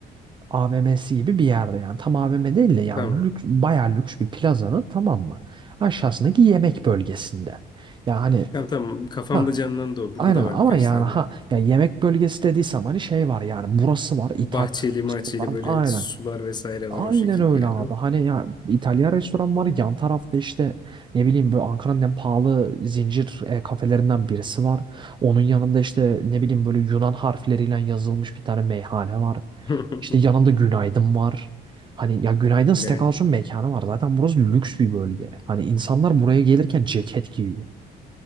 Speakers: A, on the right (about 30°); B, on the left (about 25°).
A: AVM'si gibi bir yerde yani tam AVM değil de yani
B: Tamam.
A: lüks, bayağı lüks bir plazanın tamam mı? Aşağısındaki yemek bölgesinde. Ya hani
B: Tamam tamam. Kafamda
A: ha,
B: canlandı o. Burada
A: Aynen
B: da
A: ama
B: var birkaç
A: yani
B: tane.
A: ha ya yemek bölgesi dediysem hani şey var yani burası var İtalyan
B: Bahçeli mahçeli
A: restoran
B: böyle
A: aynen.
B: sular vesaire
A: Aynen
B: var o şekil
A: öyle
B: bir yerde.
A: abi.
B: mi?
A: Hani ya İtalyan restoran var yan tarafta işte ne bileyim böyle Ankara'nın en pahalı zincir e, kafelerinden birisi var. Onun yanında işte ne bileyim böyle Yunan harfleriyle yazılmış bir tane meyhane var.
B: <laughs>
A: İşte yanında Günaydın var. Hani ya Günaydın Steakhouse'un
B: Yani
A: mekanı var. Zaten burası lüks bir bölge. Hani insanlar buraya gelirken ceket giyiyor.